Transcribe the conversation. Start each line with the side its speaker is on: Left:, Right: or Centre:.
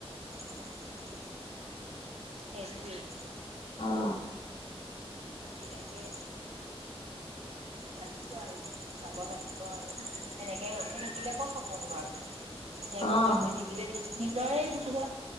Right: অ'। সেইটোৱেই।
Left: অ
Right: গতিকে ভাবিছো আৰু যাব লাগিব আৰু সেনেকে ৰখি থাকিলে ক'ত হ'ব নো আৰু পিছুৱাই
Left: অ অ
Right: পিছুৱাই গৈ থাকি লে নিজৰে <unintelligible>